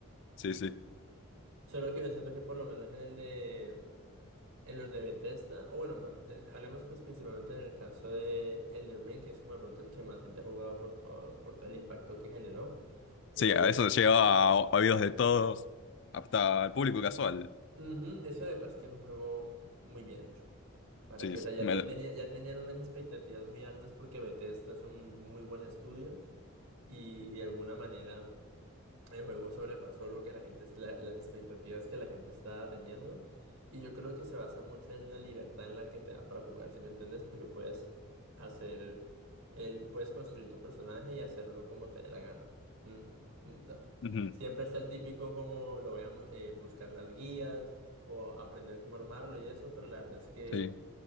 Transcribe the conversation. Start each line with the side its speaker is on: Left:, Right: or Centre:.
Left: Sí, sí.
Right: Solo que yo siento que por lo menos en el de En los de Bethesda, o bueno, bueno, en- hablemos pues principalmente en el caso de Elden Ring, que es como de pronto el que más gente ha jugado por todo, por todo el impacto que generó. Eh,
Left: Sí, a eso
Right: sí,
Left: llegaba a oídos de todos, hasta el público casual.
Right: ujú, es que lo que pasa es que es un juego muy bien hecho. Para
Left: Sí,
Right: que,
Left: es-
Right: o sea, ya,
Left: me-
Right: ya tenía, ya tenían unas expectativas muy altas porque Bethesda es un muy buen estudio y de alguna manera. El juego sobrepasó lo que la gente, es- la- las expectativas que la gente estaba teniendo. Y yo creo que se basa mucho en la libertad en la que te da para jugar, ¿sí me entiendes? Porque puedes hacer el, puedes construir tu personaje y hacerlo como te dé la gana. Mm, mm, la-
Left: ujú,
Right: Siempre está el típico como lo veamos, eh, buscar las guías o aprender cómo armarlo y eso, pero la verdad es que
Left: sí.